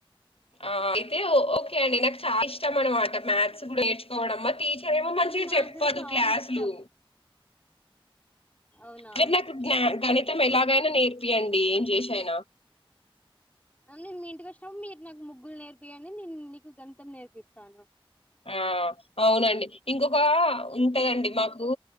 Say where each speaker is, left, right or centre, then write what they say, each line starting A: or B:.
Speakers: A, on the left; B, on the left.
A: ఆ అయితే ఓకే అండి నాకు చాలా ఇష్టం అన్నమాట మ్యాథ్స్ గూడా నేర్చుకోవడం మాటీచ్ చర్ ఏమో మంచిగా
B: అంటే నాకు
A: చెప్పదు
B: కూడా చాలా
A: క్లాసులు
B: ఇష్టం అవునా
A: మీర్ నాకు్ గ్నా గనిత్ మ్ ఎలాగ్ ఏమైనా నేర్పియండి ఏం జేషియైనా
B: నేన్ మీ ఇంటికి వచ్చినప్పుడు మీరు నాకు ముగ్గులు నేర్పియ్యండి నేను నీకు గణితం నేర్పిస్తాను.
A: ఆ అవునండి ఇంకొక ఉంటదండి మాకు కు